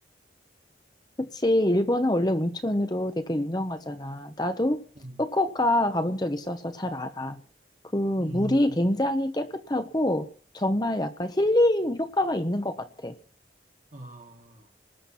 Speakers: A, on the left; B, on the right.
A: 그치. 일본은 원래 온천으로 되게 유명하잖아. 나도
B: 음,
A: 후쿠오카 가본 적 있어서 잘 알아. 그 물이
B: 음,
A: 굉장히 깨끗하고 정말 약간 힐링 효과가 있는 것 같아.
B: 아,